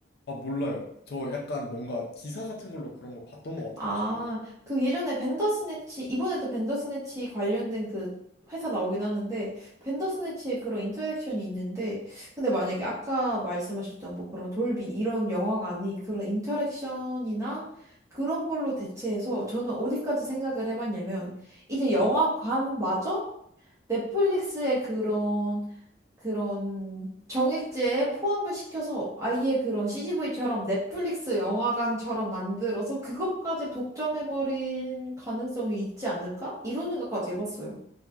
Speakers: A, on the left (about 55°); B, on the right (about 15°).
A: 아, 몰라요. 저 약간 뭔가 기사 같은 걸로 그런 걸 봤던 것 같아가지고.
B: 아, 그 예전에 벤더스네치, 이번에도 벤더스네치 관련된 그 회사 나오긴 하는데, 벤더스네치의 그런 인터랙션이 있는데, 근데 만약에 아까 말씀하셨던 뭐 그런 돌비 이런 영화가 아닌 그런 인터랙션이나 그런 걸로 대체해서 저는 어디까지 생각을 해봤냐면, 이제 영화관마저
A: 네.
B: 넷플릭스의 그런 그런 정액제에 포함을 시켜서 아예 그런 CGV처럼 넷플릭스 영화관처럼 만들어서 그것까지 독점해버린 가능성이 있지 않을까? 이런 생각까지 해봤어요.